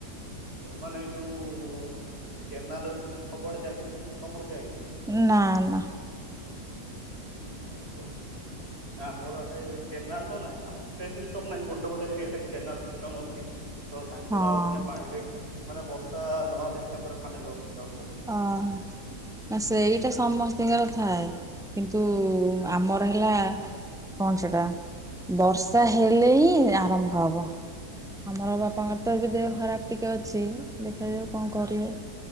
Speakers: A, on the right; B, in the centre.
A: ମାନେ ଯୋଉ କେନାଲ ସବୁଆଡେ ଯାଇଛି ସେମିତି ତମର ଯାଇନି।
B: ନା ନା।
A: ଓ ହୋ। ଆମର ଆଡେ କେନାଲ ତ ନାହିଁ ଆମର ସେ ସିଷ୍ଟମ ନାହିଁ ଗୋଟେ ଗୋଟେ ଏରିଆରେ କେନାଲ ସିଷ୍ଟମ ଅଛି। ତ ତାଙ୍କର
B: ହଁ।
A: ମାନେ ପାଣିରେ ମାନେ ବର୍ଷା ନହେଲେ ବି ତାଙ୍କର ପାଣିର ଅସୁବିଧା ହୁଏନି।
B: ହଁ। ନା ସେଇଟା ସମସ୍ତିଙ୍କର ଥାଏ କିନ୍ତୁ ଆମର ହେଲା କଣ ସେଟା ବର୍ଷା ହେଲେ ହିଁ ଆରମ୍ଭ ହବ। ଆମର ବାପାଙ୍କର ତ ଏବେ ଦେହ ଖରାପ ଟିକେ ଅଛି ଦେଖାଯାଉ କଣ କରିବେ।